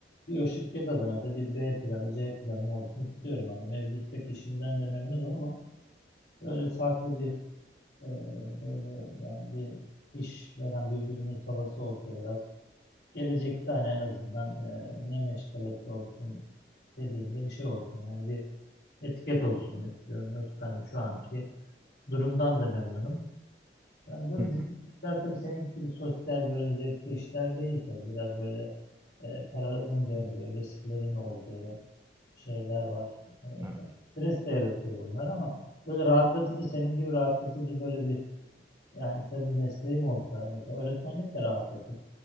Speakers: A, on the left; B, on the right.
A: bir o şirket adına da bir B planı, C planım olsun istiyorum. Hani mevcuttaki işimden de memnunum ama böyle farklı bir e, böyle yani bir iş veren bir business havası olsa biraz Gelecekte hani en azından e, ne meşgalesi olsun dediğinde bir şey olsun. Yani bir etiket olsun istiyorum. Yoksa hani şu anki durumdan da memnunum. Yani böyle
B: Hı hı,
A: bizim işler tabii senin gibi sosyal böyle zevkli işler değil tabii. Biraz böyle e, paranın döndüğü, risklerin olduğu şeyler var. E,
B: Evet.
A: tabii stres de yaratıyor bunlar ama böyle rahatlatıcı senin gibi rahatlatıcı böyle bir yani tabii mesleğim olsa mesela öğretmenlik de rahatlatır.